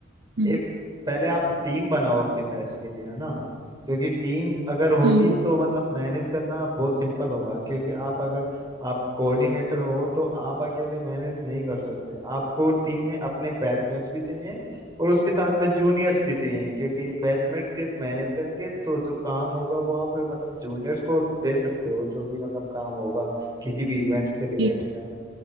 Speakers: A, on the right (about 55°); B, on the right (about 20°).
A: हम्म
B: एक पहले आप टीम बनाओ अपने फेस्ट के लिए है ना क्योंकि टीम अगर होगी
A: हम्म
B: तो मतलब मैनेज करना बहुत सिंपल होगा क्योंकि आप अगर आप कोऑर्डिनेटर हो तो आप अकेले मैनेज नहीं कर सकते आपको टीम में अपने बैचमेट्स भी चाहिए और उसके साथ में जूनियर्स भी चाहिए क्योंकि बैचमेट सिर्फ मैनेज करेंगे तो जो काम होगा वो आप मतलब जूनियर्स को दे सकते हो जो भी मतलब काम होगा किसी भी इवेंट्स के रिलेटेड
A: जी
B: है